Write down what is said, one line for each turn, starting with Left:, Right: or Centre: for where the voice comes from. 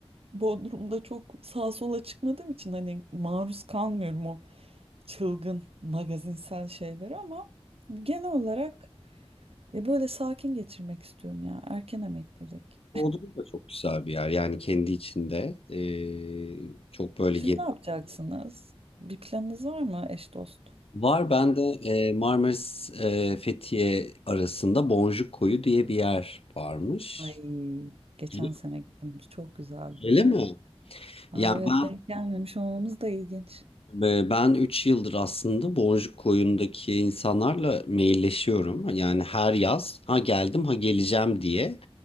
Right: Bodrum'da çok sağa sola çıkmadığım için hani maruz kalmıyorum o çılgın magazinsel şeylere ama genel olarak ya böyle sakin geçirmek istiyorum ya. Erken emeklilik.
Left: Bodrum da çok güzel bir yer. Yani kendi içinde e, çok böyle
Right: Siz
Left: gez-
Right: ne yapacaksınız? Bir planınız var mı eş dost?
Left: Var ben de e, Marmaris e, Fethiye arasında Boncuk Koyu diye bir yer varmış.
Right: Ay geçen
Left: Öyle mi?
Right: sene gittiniz çok güzeldi.
Left: Öyle mi?
Right: Aa,
Left: Yani
Right: evet
Left: ben
Right: denk gelmemiş olmamız da ilginç.
Left: Ve Ben 3 yıldır aslında Boncuk Koyun'daki insanlarla mailleşiyorum. Yani her yaz ha geldim ha geleceğim diye.